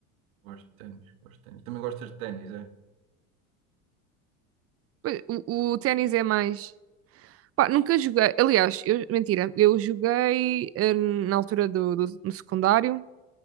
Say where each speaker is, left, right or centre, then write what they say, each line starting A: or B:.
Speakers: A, on the right (about 75°); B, on the right (about 35°).
A: gosto de ténis, gosto de ténis. Também gostas de ténis, é?
B: Pois, O, o ténis é mais. Pá, nunca joguei. Aliás, eu, mentira, eu joguei eh, na altura do, do- no secundário,